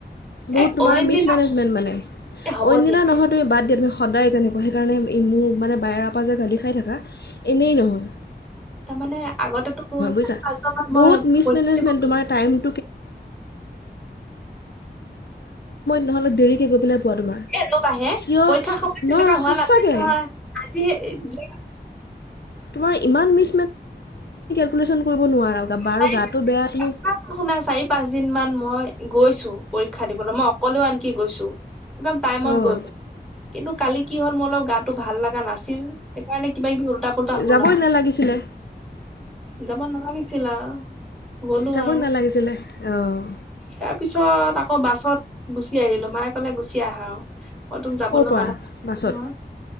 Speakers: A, on the left; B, in the centre.
A: বুত
B: এ অইন
A: মে
B: দিনা এ হ'ব দিয়া
A: মান ন তে বাদ দিয়া তুমি সদায় তেনেকুৱা সেইকাৰণে মোৰ মানে বাইেৰাৰ পৰা যে গালি খাই থাকা এনেই নহয়
B: তাৰমানে আগতেতো চাৰি
A: যা
B: পাঁচবাৰ মান
A: বহুত
B: মই
A: মিছমেনেজমেণ্ট
B: পৰীক্ষা দিব গৈছো
A: তোমাৰ ম ময় নৈ োৱা তোমাৰ
B: এ ৰ'বাহে
A: কিয়
B: পৰীক্ষা সময়ত তেনেকুৱা
A: নহয়
B: হোৱা
A: সচাকৈ
B: নাছিল নহয় আজি এই দুই
A: তমাৰ ইমান মিে ন কৰিব নোৱাৰা বাৰ
B: চাৰি
A: গটো বেয়া তুমি
B: পাঁচটা শুনা চাৰি পাঁচ দিন মান মই গৈছো পৰীক্ষা দিবলৈ মই অকলেও আনকি গৈছো একদম টাইমত
A: অঁ
B: গৈ প কিন্তু কালি কি হ'ল মোৰ অলপ গাটো ভাল লগা নাছিল সেইকাৰণে কিবা কিবি টা পলটা হলা
A: যাবই নালাগিছিলে
B: যামন নালাগিছিলা গলো
A: যাবই
B: আৰু
A: নালাগিছিলে অঁ
B: তাৰ পিছত আকৌ বাছত গুচি আহিলো মায়ে কলে গুচি আহা আৰু মই তোক যাবলৈ
A: ক'ৰ পৰা
B: মানছিল
A: বাছত
B: নহয়